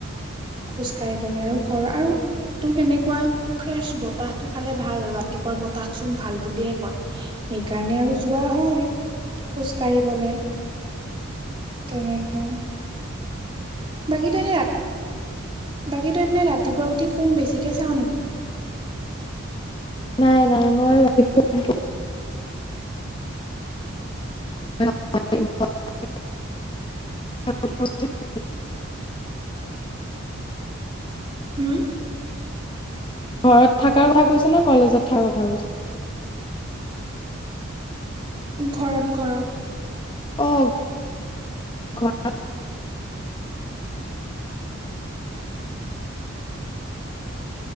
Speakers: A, on the right (about 25°); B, on the left (about 25°).
A: খোজ কাঢ়িবলৈ আৰু ঘৰ আৰু- টো কেনেকোৱা ফ্ৰেছ বতাহটো খালে ভাল আৰু ৰাতিপুৱা বতাহ চোন ভাল বুলিয়ে কয়। সেইকাৰণে আৰু যোৱা হয় খোজ কাঢ়িবলে। তেনেকোৱা, বাকীতো এনে ৰা- বাকীতো এনেই ৰাতিপুৱা উঠি ফোন বেছিকে চাওঁ নেকি?
B: নাই নাই মই বেছি ফোনটো- <unintelligible> <unintelligible>
A: হুম?
B: ঘৰত থাকাৰ কথা কৈছে নে, কলেজত থিকাৰ কথা কৈছে?
A: ঘৰত ঘৰত।
B: অ খোৱা